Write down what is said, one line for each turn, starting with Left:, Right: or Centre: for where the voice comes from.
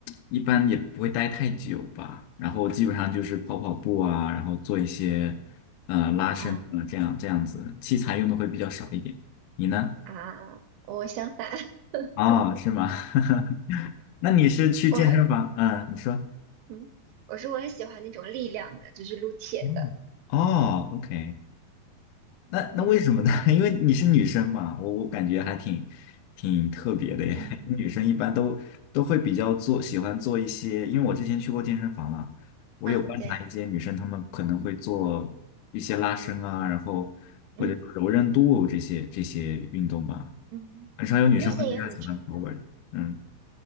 Left: 一般也不会待太久吧。然后基本上就是跑跑步啊，然后做一些呃拉伸啊，
Right: 啊，
Left: 这样这样子，器材用的会比较少一点。你呢？
Right: 啊，我相反，<laughs>
Left: 哦，是吗？<laughs> 那你是去健身房？
Right: 我
Left: 嗯，你说。
Right: 嗯，我是我很喜欢那种力量的，就是撸铁的。
Left: 嗯哦，OK，那那为什么呢？
Right: 对，
Left: <laughs> 因为你是女生嘛，我我感觉还挺挺特别的耶。
Right: 嗯
Left: <laughs> 女生一般都都会比较做，喜欢做一些，因为我之前去过健身房了，我有观察一些女生，
Right: 嗯，对，
Left: 她们可能会做一些拉伸啊，然后或者说柔韧度这些这些运动吧，
Right: 嗯嗯嗯，
Left: 很少有女生会比较喜欢
Right: 那些也很重要。
Left: power 的嗯，